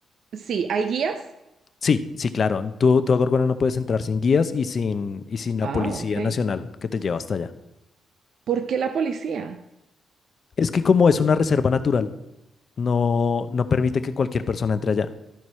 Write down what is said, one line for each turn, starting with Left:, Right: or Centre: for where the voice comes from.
Right: sí, ¿hay guías?
Left: Sí, sí, claro. Tú, tú a Gorgona no puedes entrar sin guías y sin, y sin la
Right: Ah,
Left: Policía
Right: ok.
Left: Nacional que te lleva hasta allá.
Right: ¿Por qué la policía?
Left: Es que como es una reserva natural, no, no permite que cualquier persona entre allá.